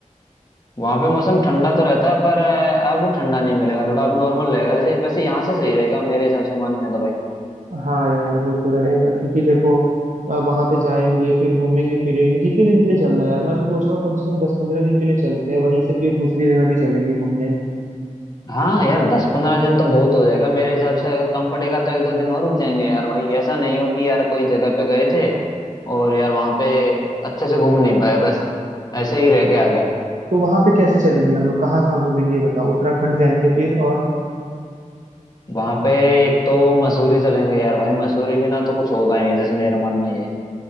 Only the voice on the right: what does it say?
हाँ यार वो तो रहेगा क्योंकि देखो वहां पे जाएंगे फिर घूमेंगे फिरेंगे कितने दिन के लिए चलना है यार मैं तो सोच रहा हूँ कम से कम दस पंद्रह दिन के लिए चलते हैं वहीं से फिर दूसरी जगह भी चलेंगे घूमने
तो वहां पे कैसे चलेंगे हम लोग कहाँ कहाँ घूमेंगे ये बताओ उत्तराखंड जाएंगे फिर और